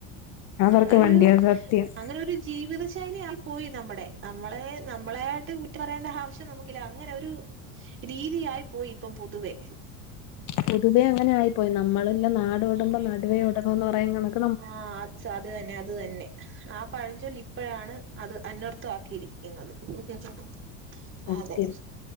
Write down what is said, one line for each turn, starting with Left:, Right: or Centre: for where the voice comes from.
Left: അവർക്ക്
Right: അങ്ങനെ
Left: വണ്ടിയാ
Right: ഒരു
Left: സത്യം
Right: അങ്ങനെ ഒരു ജീവിത ശൈലി ആയി പോയി നമ്മുടെ നമ്മളെ നമ്മളായിട്ട് കുറ്റം പറയേണ്ട ആവശ്യം നമുക്കില്ല അങ്ങനെ ഒരു രീതിയായി പോയി ഇപ്പം പൊതുവേ
Left: പൊതുവെ അങ്ങനെ ആയി പോയി നമ്മള് ല്ലെ നാട് ഓടുമ്പം നടുവേ ഓടണം എന്ന് പറയും എന്നുള്ളത്
Right: ആഹ് അത് അത് തന്നെ അത് തന്നെ ആ പഴഞ്ചൊല്ല് ഇപ്പഴാണ് അത് അനർത്ഥമാക്കിയിരി ക്കിന്നത് <unintelligible>
Left: സത്യം
Right: അതെ